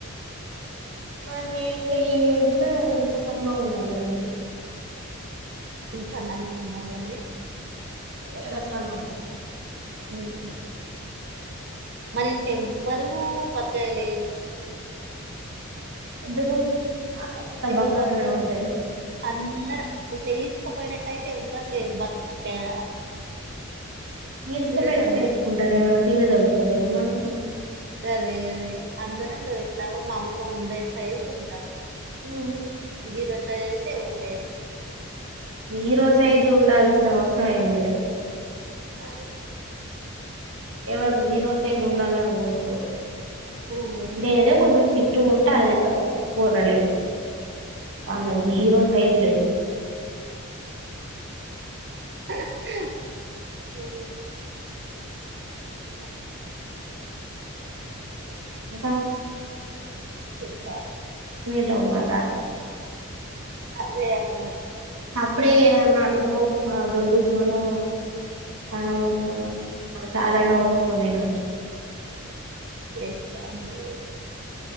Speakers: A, on the right; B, on the right.
A: మరి నేను ఇంకా ఈ ఏజ్ లో ఇంకో సన్నగా ఉండాలి. మరి
B: నువ్వు సన్నగానే ఉన్నావు. గాని
A: <unintelligible>
B: హ్మ్ మన ఇంట్లో ఎవ్వరు బక్కగా లేరు.
A: ఎందుకు అంత
B: ఎవరు
A: బక్కగానే
B: బక్కగా
A: ఉంటది
B: అందరు ఇట్లా చే బక్కపోయినట్టయితే ఎవ్వరు లేరు బక్కగా
A: మీ <unintelligible>
B: ఎవరు
A: ఏమన్నా
B: ఉన్నారు
A: తిన్నదారుగుతలేదా మనకు
B: గదే అదే అందరం ఎట్లాగో మామూలుగా ఉండే సైజు ఉంటాం.
A: ఉమ్.
B: జీరో సైజ్ అయితే ఎవ్వరు లేరు.
A: హీరో సైజు ఉండాల్సిన అవసరం ఏం లేదు
B: మరిే
A: ఎవరు జీరో సైజ్ ఉండాలని కోరుకోరు
B: ఆ
A: ఎండేదే ఏదో కొంచెం ఫిట్ టూ ఉంటే అదే చాలు. బొర్ర లేకుండా వాళ్ళ
B: అదే
A: జీరో సైజు లేకుండా
B: అ ఇంకా
A: ఇంకా
B: చెప్పాలే.
A: ఇంతవ్ మా తాత
B: అదే అదే
A: అప్పుడే ఏదన్న ఆలు పో ఆ దొడ్డు ఉప్మానో సన్నం ఉప్మానో చారన్న పోస్కొని తినచ్చు.
B: చేస్తా అదే చేస్త